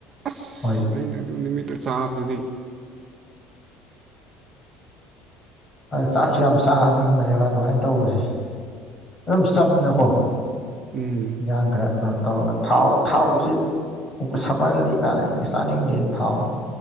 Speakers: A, on the right; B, on the left.
A: ꯑꯁ
B: ꯍꯣꯏ
A: ꯑꯩꯅ ꯑꯗꯨ ꯅꯨꯃꯤꯠꯇ ꯆꯥꯕꯗꯨꯗꯤ
B: ꯆꯥꯛꯁꯨ ꯌꯥꯝ ꯆꯥꯅꯤꯡꯕꯅꯦꯕ ꯑꯗꯨꯃꯥꯏꯅ ꯇꯧꯕꯁꯦ ꯑꯗꯨꯝ ꯆꯝꯅꯀꯣ
A: ꯎꯝ
B: ꯌꯥꯟꯡꯈ꯭ꯔꯦ ꯀꯩꯅꯣ ꯇꯧꯔꯒ ꯊꯥꯎ ꯊꯥꯎꯁꯤ ꯁꯝꯃꯔꯗꯗꯤ ꯆꯥꯅꯤꯡꯗꯦ ꯊꯥꯎ